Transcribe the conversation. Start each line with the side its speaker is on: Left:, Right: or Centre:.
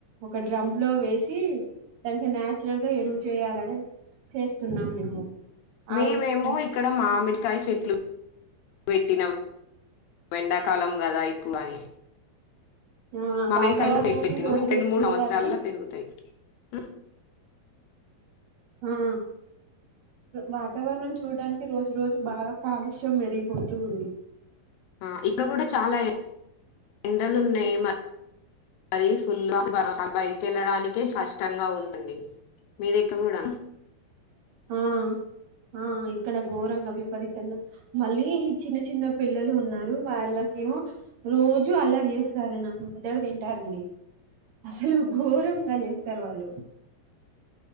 Right: ఒక డ్రమ్ లో వేసి దానికి న్యాచురల్గా ఎరువు చేయాలని చేస్తున్నాం మేము.
Left: మేమేమో
Right: ఆవు
Left: ఇక్కడ మామిడి కాయ చెట్లు పెట్టినం వెండాకాలం కదా అయిపోవాలి
Right: ఆ
Left: మామిడికాయలు
Right: వాతావరణం
Left: బేట్లు పెట్నాము
Right: రోజు
Left: ఇంకెండు
Right: రోజు
Left: మూడు
Right: చూడడానికి
Left: సంవత్సరాల పెరుగుతాయి ఉ
Right: ఆ వాతావరణం చూడడానికి రోజు రోజు బాగా కాలుష్యం మరిగిపోతూ ఉంది
Left: ఆ ఇక్కడ కూడా చాలా ఎండలు ఉన్నాయి మ బర ఫుల్ బ పకెళ్ళడానికే కాష్టంగా ఉంది మీ దుకు కూడా
Right: ఆ ఆ ఇక్కడ ఘోరంగా విపరీతంగా మళ్ళీ చిన్న చిన్న పిల్లలు ఉన్నారు వాళ్ళకేమో రోజు అల్లారీ చేస్తారని మొదట తింటారండి అసలు ఘోరంగా చేస్తారు వాళ్ళు